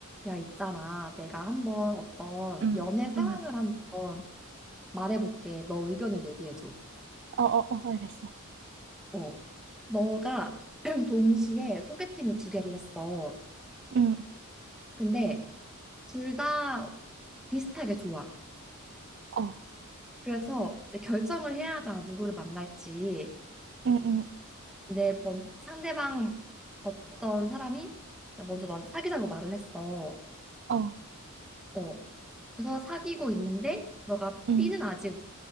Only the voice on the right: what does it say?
응,
응.
어, 어, 어, 알겠어.
응,
어,
응, 응,
어,
응.